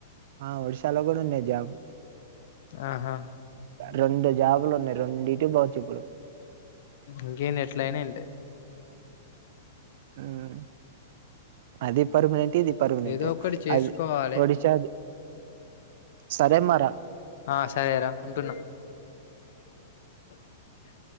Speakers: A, on the right; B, on the left.
A: ఆ ఒడిశాలో కూడా ఉన్నాయ్ జాబు
B: ఆహా
A: రెండు జాబులు ఉన్నాయి రెండిటి పోవచ్చు ఇప్పుడు
B: ఇంకేంది ఎట్లయినా ఏంటే
A: ఉమ్ అది పర్మినెంట్ ఇది పర్మినెంట్
B: ఏదో ఒకటి చేసుకోవాలి
A: అది ఒడిశాది సరే మరా
B: ఆ సరేరా ఉంటున్నా ఓకే <inaudible>